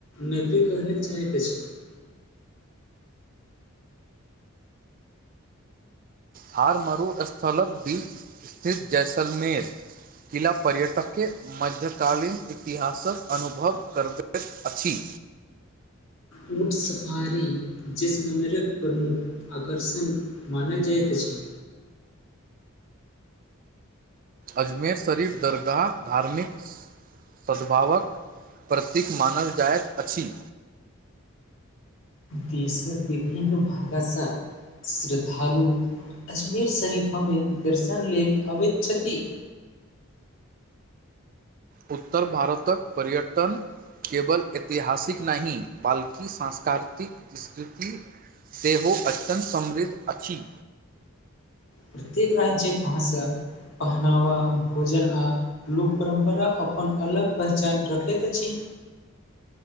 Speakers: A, on the left; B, on the right.
A: नगरी कहलक जाइत अछि। <unintelligible>
B: हार मरू स्थलक बीच स्थित जैसलमेर। किला पर्यटक मध्यकालीन इतिहासक अनुभव करबैत अछि।
A: ऊँट, सफारी, जैसलमेरक प्रमुख आकर्षण मानल जाइत अछि।
B: अजमेर शरीफ, दरगाह, धार्मिक सद्भावक प्रतीक मानल जाइत अछि।
A: देशर विभिन्न भाग सं श्रद्धालु अजमेर शरीफमे, दर्शन लेल अबैत छथि।
B: उत्तर भारतक पर्यटन केवल ऐतिहासिक नहि, बल्कि सांस्कृतिक विस्कृति सेहो अत्यन्त समृद्ध अछि।
A: प्रत्येक राज्य्यक भाषा, पहनावा, भोजन आ लोक परम्परा अपन अलग पहचान रखैत अछि।